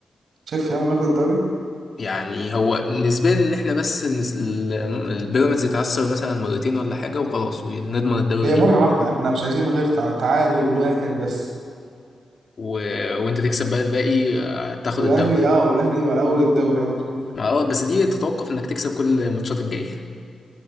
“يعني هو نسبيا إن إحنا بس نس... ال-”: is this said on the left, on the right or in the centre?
Left